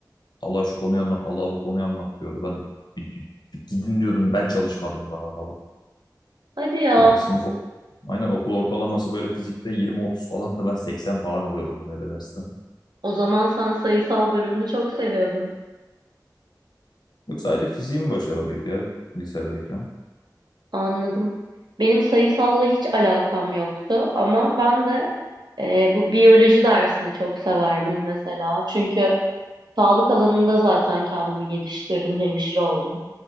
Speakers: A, on the left; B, on the right.
A: Talha şu konuyu anlat, Talha bu konuyu anlat diyordu. Ben bir, bir gidin diyordum ben çalışmadım daha falan.
B: Hadi ya.
A: Böyle sınıf aynen okul ortalaması böyle fizikte 20-30 falan da ben 80 falan alıyordum böyle dersten.
B: O zaman sen sayısal bölümünü çok seviyordun.
A: Yok sadece fiziğim başarılıydı ya lisedeyken.
B: Anladım. Benim sayısalla hiç alakam yoktu ama ben de e, bu biyoloji dersini çok severdim mesela. Çünkü sağlık alanında zaten kendimi geliştirdim, hemşire oldum